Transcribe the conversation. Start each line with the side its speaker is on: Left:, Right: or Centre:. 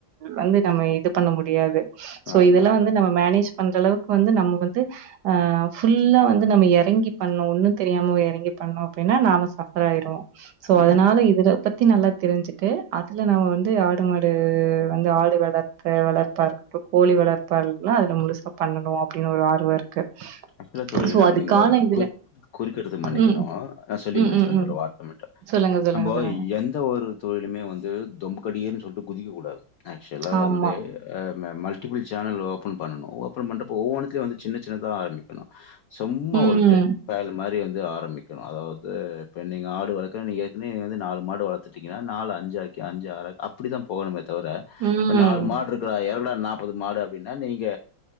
Right: வந்து நம்ம இது பண்ண முடியாது சோ
Left: ஆமாம்.
Right: இதெல்லாம் வந்து நம்ம மேனேஜ் பண்ற அளவுக்கு வந்து நம்ம வந்து அ ஃபுல்லா வந்து நம்ம எறங்கி பண்ணும் ஒண்ணும் தெரியாம வே எறங்கி பண்ணோம் அப்டின்னா நாம சபர் ஆயிருவோம் சோ
Left: ம்
Right: அதனால
Left: ஆமா. ம்,
Right: இதுல பத்தி நல்லா தெரிஞ்சுட்டு அதுல நாம வந்து ஆடு மாட் வந்து ஆடு வளர்த்த வளர்ப்பா கோழி வளர்ப்பா அது முழுசா பண்ணணும் அப்டின்னு ஒரு ஆர்வம் இருக்கு
Left: அப்டில தோழி
Right: சோ
Left: நா
Right: அதுக்கான
Left: நீங்க
Right: இதுல
Left: கொய் குறிக்கிட்றது மன்னிக்கணும்நா
Right: ம்
Left: சொல்லி
Right: ம்
Left: முடிச்சிறேன்
Right: ம்
Left: இந்த
Right: ம்
Left: ஒரு வார்த்தை மட்டும்
Right: சொல்லுங்க சொல்லுங்க
Left: நம்ப
Right: சொல்லுங்க
Left: எந்த ஒரு தொழிலுமே வந்து தொமுக்கடிய சொல்லிட்டு குதிக்க கூடாது ஆக்சுவலா
Right: ஆமா
Left: வந்து அ மல்டிபிள் சேனல் ஓப்பன் பண்ணணும் ஓபன் பண்ணிட்டு அப்போ ஒவ்வொன்னுத்திலேயும் அப்பறம் சின்ன சின்னதா ஆரமிக்கனும் கணும் சும்மா
Right: ம்
Left: ஒரு டெட் டால் மாரி வந் ஆரம்பிக்கணும் அதாவது இப்ப நீங்க ஆடு வளக்கணும் ஏற்கனவே நாலு மாடு வளர்த்துட்டீங்கன்னா நால அஞ்சாக்கி ஆராக்கி அப்டித்தான் போகணுமேத் தவிர
Right: ம்
Left: இப்ப நாலு மாடு இருக்குடா ஏர்டா நாப்பது மாடு அப்டின்னா நீங்க